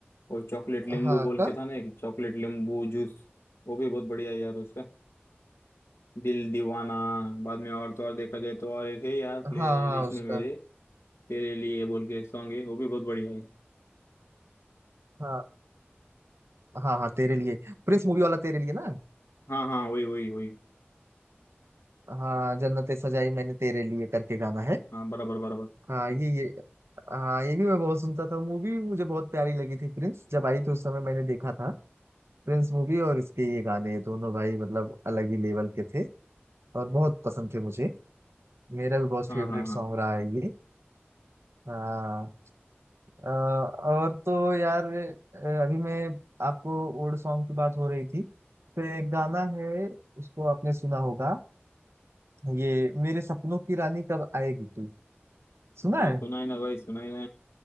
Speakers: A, on the left (about 80°); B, on the right (about 85°).
A: और चॉकलेट नींबू
B: हाँ
A: बोल
B: का
A: के था ना एक चॉकलेट नींबू जूस वो भी बहुत बढ़िया है यार उसका दिल दीवाना बाद में और तो और देखा जाए तो और एक है यार प्ले
B: हाँ हाँ
A: लिस्ट
B: उसका
A: में मेरे तेरे लिए बोल के एक सॉन्ग है वो भी बहुत बढ़िया है
B: हाँ हाँ हाँ तेरे लिए प्रिंस मूवी वाला तेरे लिए ना
A: हाँ हाँ वही वही वही
B: हाँ जन्नतें सजाई मैंने तेरे लिए करके गाना है
A: हाँ बराबर बराबर
B: हाँ ये ये हाँ ये भी मैं बहुत सुनता था मूवी भी मुझे बहुत प्यारी लगी थी प्रिंस जब आई थी उस समय मैंने देखा था प्रिंस मूवी और इसके ये गाने दोनों भाई मतलब अलग ही लेवल के थे और बहुत पसंद थे मुझे मेरा भी बहुत
A: हाँ
B: फेवरेट
A: हाँ हाँ
B: सॉन्ग रहा है ये हाँ अ, और तो यार अ, अभी मैं आपको ओल्ड सॉन्ग की बात हो रही थी तो एक गाना है उसको आपने सुना होगा ये मेरे सपनों की रानी कब आएगी तू सुना
A: हाँ
B: है
A: सुनाई ना भाई सुनाई ना